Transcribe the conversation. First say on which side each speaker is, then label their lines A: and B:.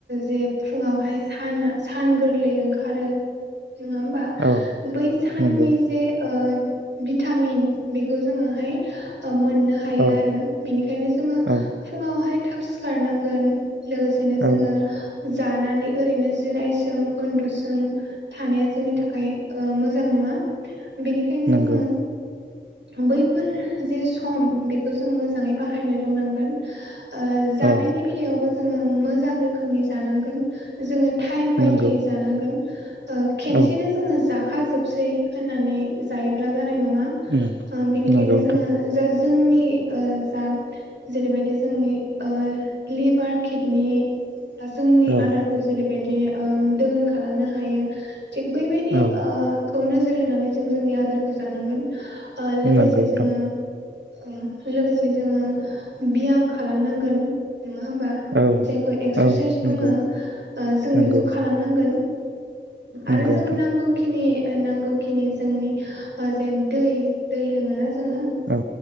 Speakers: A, on the right; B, on the right.
A: जे फुङावहाय सान सान गोरलै ओंखारो। नङा होमबा
B: औ
A: बै साननि
B: नंगौ
A: जे भिटामिन बेखौ जोङोहाय मोननो हायो
B: औ
A: आरो बिनिखायनो जोङो
B: औ
A: फुङावहाय थाब सिखारनांगोन। लोगोसेनो जोङो
B: औ
A: जानानै ओरैनो जिरायसोम उन्दुसोम थानाया जोंनि थाखाय मोजां नङा बेनिखायनो
B: नंगौ
A: जोङो बैफोर जे सम बेखौ जों मोजाङै बाहायनो रोंनांगोन। ओ जानायनि
B: औ
A: बेलायावबो जोङो मोजां रोखोमनि जानांगोन जोङो टाइम बायदियै
B: नंगौ
A: जानांगोन। ओ खेनसेनो
B: औ
A: जोंङो जाखाजोबसै होननानै जायोब्ला जानाय नंङा।
B: उम
A: बिनिखायनो
B: नंगौ नोंथां
A: जोंङो जोंनि जा जेरैबायदि जोंनि लिभार किडनि जोंनि
B: औ
A: आदारखौ जेरैबायदि दोगोन खालामनो हायो। थिग बैबायदि
B: औ
A: खौ नोजोर होनानै जों जोंनि आदारखौ जानांगोन। लोगोसे
B: नंगौ नोंथां
A: जोंङो। लोगोसे जोंङो बियाम खालामनांगोन। नङा होमबा
B: औ
A: जायखौ एक्सारसाइस
B: औ नंगौ
A: बुङो जों
B: नंगौ
A: बेखौ खालामनांगोन।
B: नंगौ
A: आरो जोंनो
B: नोंथां
A: नांगौखिनि। नांगौखिनि जोंनि जे दै दै लोंङोना जोंङो।
B: औ